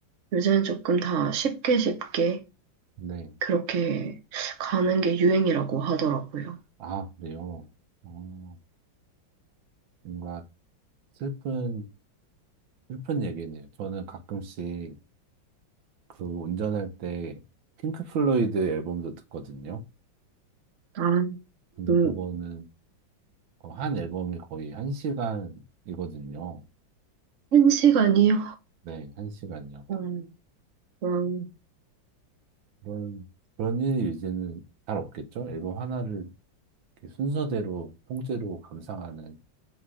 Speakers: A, on the right; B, on the right.
A: 요새는 조금 다 쉽게 쉽게
B: 네.
A: 그렇게 가는 게 유행이라고 하더라고요.
B: 아, 그래요. 어, 뭔가 슬픈, 슬픈 얘기네요. 저는 가끔씩 그 운전할 때 핑크 플로이드 앨범도 듣거든요.
A: 아,
B: 근데
A: 그,
B: 그거는 어, 한 앨범이 거의 한 시간이거든요.
A: 한 시간이요?
B: 네, 한 시간이요.
A: 음, 음,
B: 그런, 그런 일이 이제는 잘 없겠죠? 앨범 하나를 이렇게 순서대로, 통째로 감상하는